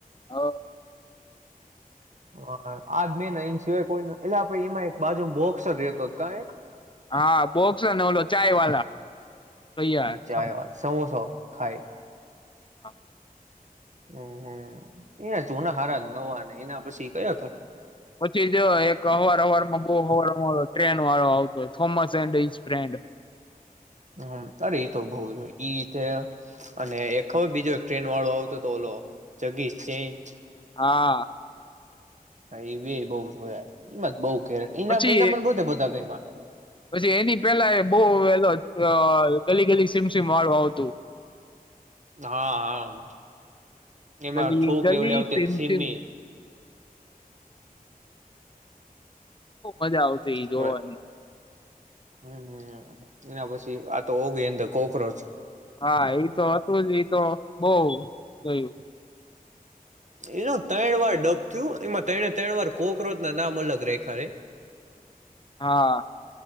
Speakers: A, on the left; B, on the right.
A: હ.
B: હા અ આજ બેન એ સિવાય કોઈ એટલેાઈ એમાં એક બાજુ બોક્સર રહેતો કા એક?
A: હા બોક્સર ને ઓલો ચાય વાલા. ભૈયા
B: હા ચાય વાત સમોસો ખાઇ.
A: હા.
B: હમ હમ એના જુના હારા નવા ને એને પસી કયો
A: પછી જ એક અવાર અવાર માં બહુ હવાર <unintelligible> ટ્રેન વાળો આવતો થોમસ એન્ડ ઇસ ટ્રેન્ડ.
B: હમ અરે તો બઉ જો ઈ રીતે અને એક હર બીજો એક ટ્રેન વાળો આવતો તો ઓલો જગીશ <inaudible>
A: હા.
B: હા એવી બઉ જોયા એમાં જ બઉ કે એના
A: પછી
B: <inaudible> બધા ગેઇમા. થ <unintelligible>
A: પછી એની પેલા એ બહુ એ 'ગલી ગલી સીમ સિમ' વાળું આવતું.
B: હા, હા.
A: 'ગલી
B: એમાં છોકરી
A: ગલી
B: ઓલી આવતી
A: સિમ
B: સિમ્મી
A: સિમ' બહુ મજા આવતી ઈ જોવાની
B: હોય. હમ, હમ. એ. આ તો ઓ ગઈ અંદર, કોક્રોચ.
A: હા, એ તો હતું જ. તો બહુ ગયું.
B: એનું તણ વાર ડબ થયું. એમાં તણે ત્રણ વાર 'કોકરોચ' ના નામ અલગ રેખા રે.
A: હા.